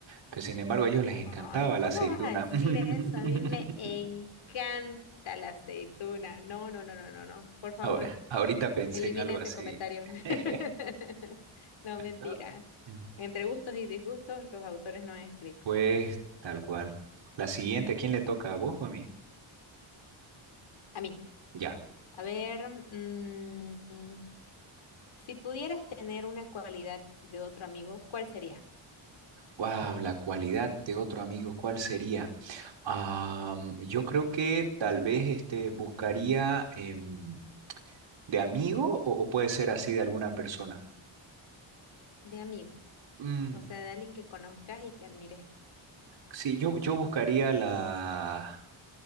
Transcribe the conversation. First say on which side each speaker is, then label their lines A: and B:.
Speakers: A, on the right; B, on the left.
A: Pero sin embargo, a ellos les encantaba
B: Ay, ¿cómo
A: la aceituna.
B: vas a decir
A: <laughs>
B: eso? A mí me encanta la aceituna. No, no, no, no, no, no. Por favor,
A: Ahora, ahorita pensé
B: elimine
A: en algo
B: ese
A: así.
B: comentario. <laughs>
A: <laughs>
B: No, mentira.
A: ¿No? Mm.
B: Entre gustos y disgustos, los autores no han escrito.
A: Pues, tal cual. La siguiente, ¿a ¿quién le toca a vos o a mí?
B: A mí.
A: Ya.
B: A ver, mm, mm, si pudieras tener una cualidad de otro amigo, ¿cuál sería?
A: Wow, la cualidad de otro amigo, ¿cuál sería? Am, yo creo que tal vez este, buscaría em, de amigo o, o puede ser así de alguna persona.
B: De amigo.
A: Mm,
B: O sea, de alguien que conozcas y que admires.
A: sí, yo, yo buscaría la